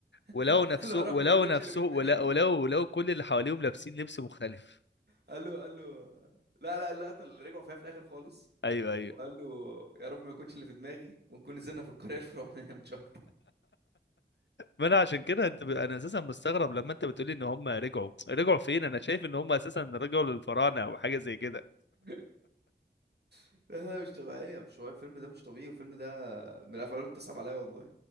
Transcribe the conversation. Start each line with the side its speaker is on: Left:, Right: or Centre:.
Left: ولو
Right: <laughs>
Left: نفسه
Right: قال له يا
Left: ولو
Right: رب ما يكونش
Left: نفسه
Right: اللي في دماغي
Left: ولو ولو ولو كل اللي حواليهم لابسين لبس مختلف
Right: قال له قال له لا لا اللقطه اللي رجعوا فيها في الاخر خالص
Left: ايوه ايوه
Right: وقال له يا رب ما يكونش اللي في دماغي ونكون نزلنا في القريه الفرعونيه مش اكتر
Left: ما انا عشان كده انت ب... انا اساسا مستغرب لما انت بتقولي ان هم رجعوا رجعوا فين انا شايف ان هم اساسا رجعوا للفراعنه او حاجه زي كده
Right: <laughs> لا لا مش طبيعية مش طبيعية الفيلم ده مش طبيعي والفيلم ده من الافلام اللي بتصعب عليا والله